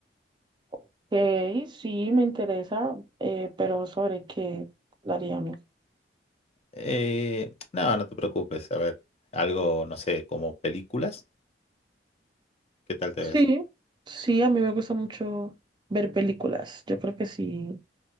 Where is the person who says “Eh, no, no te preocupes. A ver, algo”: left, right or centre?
Left